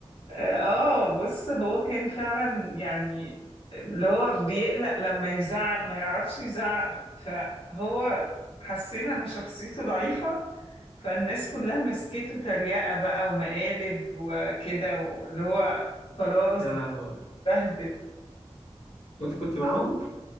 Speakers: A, on the left; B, on the left.
A: اه آه، بص هو كان فعلا يعني اللي هو بيقلق لما يزعق ما يعرفش يزعق فهو حسينا إن شخصيته ضعيفة فالناس كلها مسكته تريقة بقى ومقالب وكده واللي هو خلاص
B: يا لهوي
A: بهدل
B: وأنت كنت معاهم؟